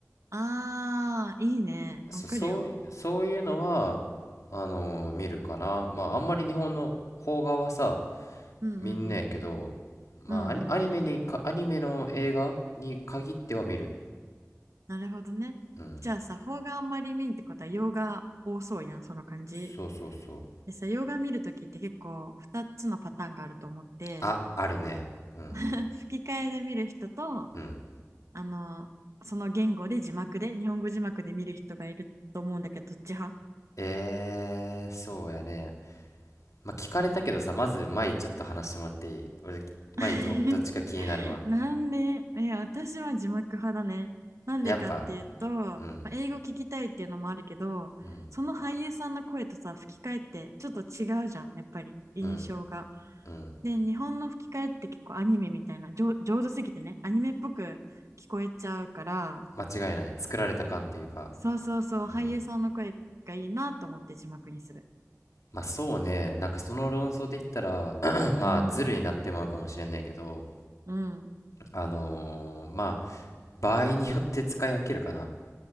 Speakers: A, on the right; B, on the left.
A: ああ、いいね。
B: そ、
A: わかるよ。
B: そうい、そういうのは、あのー見るかな。まあ、あんまり日本の邦画はさ、
A: うんうんうん。
B: 見んねえけど、まあ、
A: うんうんうん。
B: アニ、アニメにか、アニメの映画に限っては見る。
A: なるほどね。
B: うん。
A: じゃあさ、邦画あんまり見んってことは洋画多そうやん、その感じ。
B: そうそうそう。
A: でさ、洋画見るときって結構2つのパターンがあると思って、
B: あ、あるね。うん。
A: <laughs> 吹き替えで見る人と、
B: うん。
A: あの、その言語で字幕で、日本語字幕で見る人がいると思うんだけど、どっち派
B: えー、そうやね。まあ、聞かれたけどさ、まず、前ちょっと話してもらっていい俺、前ど、
A: <laughs>
B: どっちか気になるわ。
A: なんで、え、私は字幕派だね。なんでかっていうと、
B: やっぱ、
A: まあ英語聞きたいっていうのもあるけど、
B: うん、うん、
A: その俳優さんの声とさ、吹き替えってちょっと違うじゃん、やっぱり印象が。
B: うん、うん。
A: で、日本の吹き替えって結構アニメみたいな、上、上手すぎてね、アニメっぽく聞こえちゃうから、
B: 間違いない。作られた感っていうか、
A: そそうそうそう、俳優さんの声がいいなと思って字幕にする。
B: うん。まあそうね、なんかその論争で言ったら <clears throat> まあズルになってまうかもしれないけど、
A: うん、うん、
B: あのーまあ場合によって使い分けるかな。